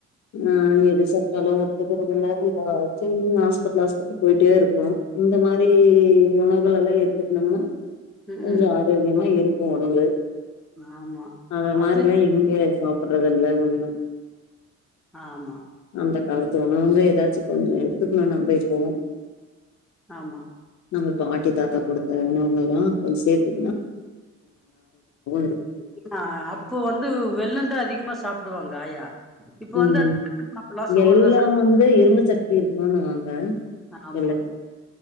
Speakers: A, on the left; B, in the centre.
A: ஆ து ச்கால ஒத்துக்கிரது இல்ல இந்த சின்ன ஹாஸ்பத்ல ஹாஸ்பத்திரி போயிட்டே இருக்கு இந்த மாரி உணவுகள்ல்ல எடுத்துக்குனங்ன்னா
B: ம்
A: கொஞ்சொ
B: ம்
A: ஆரோக்கியமா இருக்கு ஒடல்
B: ஆமா
A: அத
B: அது
A: மாரில்லா எங்க சாப்பிடுறது இல்ல கொஞ்சந்தா
B: ஆமா
A: இந்த காலத்து உணவுங்க எதாச்சும் கொஞ்சொ எடுத்துக்கணுனா கூட <unintelligible>
B: ஆமா
A: நம்ம பாட்டி தாத்தா குடுத்த உணவுங்கல்லா கொஞ்ச சேத்து இருக்கும்
B: அ அப்போ வந்து வெல்லந்தா அதிகமா சாப்புடுவாங்க ஆயா இப்ப
A: ம்
B: வந்து
A: ம்
B: சாப்பலா சுகர்
A: வெல்லோ
B: தா சாப்ப
A: வந்து இரும்பு சக்தி இருக்குன்னுவாங்க
B: ஆமா
A: வெல்லத்துல